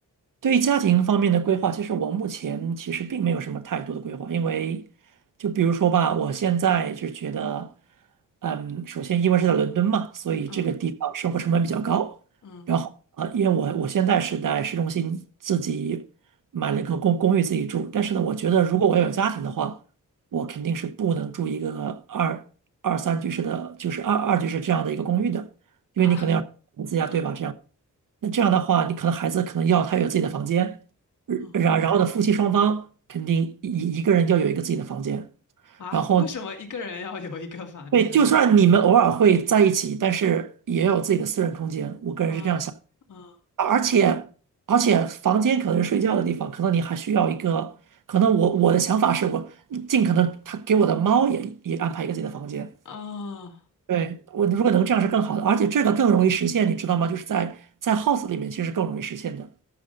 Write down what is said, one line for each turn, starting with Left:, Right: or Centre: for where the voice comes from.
Right: 对于家庭方面的规划，其实我目前其实并没有什么太多的规划，因为就比如说吧，我现在就觉得，嗯，首先因为是在伦敦嘛，所以这个地方生活成本比较高，
Left: 嗯嗯
Right: 然后呃，因为我我现在是在市中心自己买了一个公公寓自己住，但是呢，我觉得如果我要有家庭的话，我肯定是不能住一个二二三居室的，就是二二居室这样的一个公寓的，因为你可能要投资呀，
Left: 啊嗯
Right: 对吧？这样。那这样的话，你可能孩子可能要他有自己的房间，
Left: 嗯
Right: 然然后呢，夫妻双方肯定一一个人要有一个自己的房间，
Left: 啊，
Right: 然后
Left: 为什么一个人要有一个房间？
Right: 对，就算你们偶尔会在一起，但是也要有自己的私人空间。我个人是这样想，
Left: 嗯嗯
Right: 而且而且房间可能是睡觉的地方，可能你还需要一个，可能我我的想法是我尽可能他给我的猫也也安排一个自己的房间。
Left: 哦
Right: 对，我如果能这样是更好的，而且这个更容易实现，你知道吗？就是在在 house 里面其实更容易实现的。